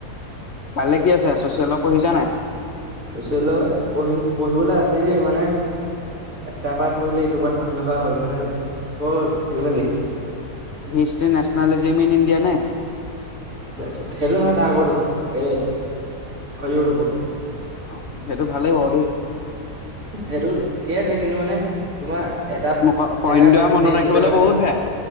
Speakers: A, on the left; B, on the right.
A: কাইলৈ কি আছে? চচিয়লৰ পঢ়িছা নাই?
B: চচি পঢ়ি পঢ়িবলৈ আছেগে মানে, এ এটা পাৰাত পঢ়িলে এইটো পাৰ্ত পঢ়ি থকা হয়, মানে বৰ খেলিমেলি
A: হিষ্টৰী নেশচনেলিজিম ইন ইণ্ডিয়া নে?
B: সেইটো নহয় তাৰ আগৰটো এ হও ৰব
A: অ', সেইটো ভালেই বাৰু দেই
B: সেইটো ঠিকেই আছে কিন্তু মানে তোমাৰ এটা
A: মুখ পইণ্ট
B: জেগাই
A: দৰা
B: পঢ়োতে
A: মনত
B: এইটো
A: ৰাখিবলৈ
B: জেগা
A: বহুত বেয়া